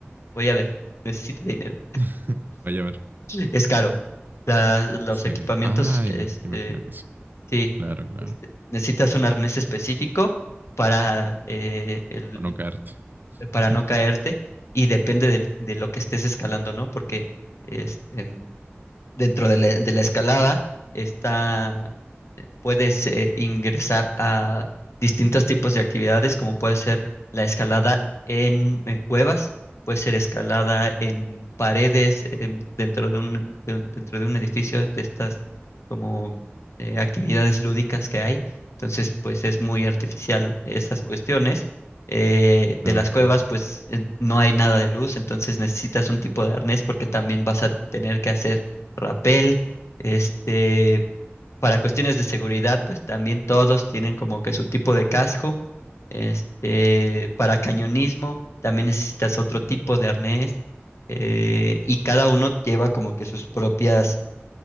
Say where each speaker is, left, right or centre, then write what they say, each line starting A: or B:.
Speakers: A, on the left; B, on the right.
A: voy a ver, necesito dinero.
B: <laughs> Vaya a ver.
A: Es caro. La- los
B: Sí.
A: equipamientos,
B: Ah,
A: este,
B: ima- imagino que sí.
A: sí,
B: Claro, claro.
A: este, necesitas un arnés específico para, eh, el,
B: Para no caerte.
A: para
B: <laughs>
A: no caerte y depende del- de lo que estés escalando, ¿no? Porque este, dentro de la, de la escalada está puedes eh, ingresar a distintos tipos de actividades, como puede ser la escalada en, en cuevas, puede ser escalada en paredes em, dentro de un, de un- dentro de un edificio de estas como eh, actividades lúdicas que hay. Entonces, pues es muy artificial esas cuestiones. Eh, de
B: Claro,
A: las
B: claro.
A: cuevas, pues en- no hay nada de luz, entonces necesitas un tipo de arnés porque también vas a tener que hacer rapel, este, para cuestiones de seguridad, pues también todos tienen como que su tipo de casco. Este, para cañonismo, también necesitas otro tipo de arnés. eh, y cada uno lleva como que sus propias